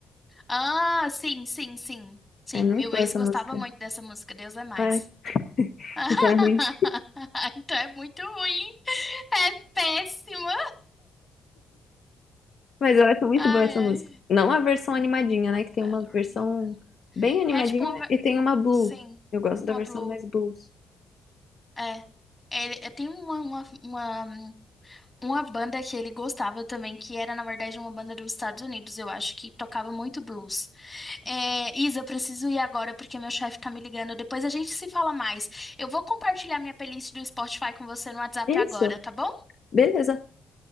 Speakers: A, on the left; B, on the left.
A: Ah, sim, sim, sim. Sim,
B: É muito
A: meu
B: boa
A: ex
B: essa
A: gostava
B: música.
A: muito dessa música, Deus é mais.
B: É. <laughs>
A: <laughs>
B: Então é ruim.
A: Então é muito ruim. É péssima.
B: Mas eu acho muito
A: Ai,
B: boa essa música.
A: ai.
B: Não a versão animadinha, né? Que tem
A: Ballerina.
B: uma versão bem animadinha
A: É tipo uma. ver-
B: e tem uma blues.
A: Sim,
B: Eu gosto
A: uma
B: da versão
A: blue.
B: mais blues.
A: É. Ele, é, tem uma, uma, uma Uma banda que ele gostava também, que era, na verdade, uma banda dos Estados Unidos, eu acho, que tocava muito blues. É, Isa, eu preciso ir agora porque meu chefe tá me ligando. Depois a gente se fala mais. Eu vou compartilhar minha playlist do Spotify com você no WhatsApp
B: Isso.
A: agora, tá bom?
B: Beleza.